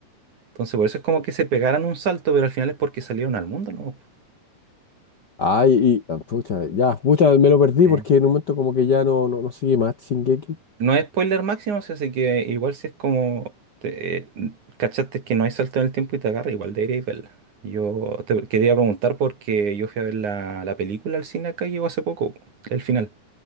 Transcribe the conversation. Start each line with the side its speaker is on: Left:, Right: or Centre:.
Right: Entonces, por eso es como que se pegaran un salto, pero al final es porque salieron al mundo nomás, po.
Left: Ay, y, ah, pucha, ya, pucha, me lo perdí
Right: Ok.
Left: porque en un momento como que ya no, no, no sigue más Shingeki.
Right: No es spoiler máximo, sí, así que igual si es como te- eh, cachaste que no hay salto en el tiempo y te agarra, igual deberíais verla. Yo te quería preguntar porque yo fui a ver la, la película al cine acá y llegó hace poco, el final.